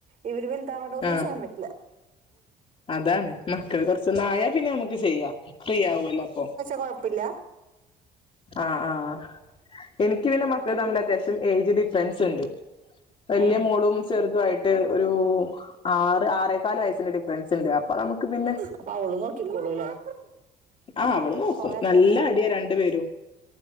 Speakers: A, on the right; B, on the left.
A: ഇവര് വലുതാ വേണ്ട ഒന്നും
B: ആഹ്
A: ചെയ്യാൻ പറ്റില്ല
B: അതാണ് മക്കള് കുറച്ചൊന്ന് ആയാ പിന്നെ നമുക്ക് ചെയ്യാം ഫ്രീ ആവല്ലോ അപ്പൊ
A: കുഴപ്പില്ല
B: ആഹ് ആഹ് എനിക്ക് പിന്നെ മക്കൾ തമ്മിൽ അത്യാവശ്യം ഏജ് ഡിഫറൻസ് ഉണ്ട് വലിയ
A: ഉം ഉം
B: മോളും ചെറുതും ആയിട്ട് ഒരു ആറ് ആറേക്കാല് വയസ്സിന്റെ ഡിഫറൻസ് ഉണ്ട് അപ്പൊ നമുക്ക് പിന്നെ
A: അപ്പൊ അവള് <inaudible>
B: ആഹ് അവള് നോക്കും
A: കൊറെയൊക്കെ
B: നല്ല അടിയാ രണ്ടു പേരും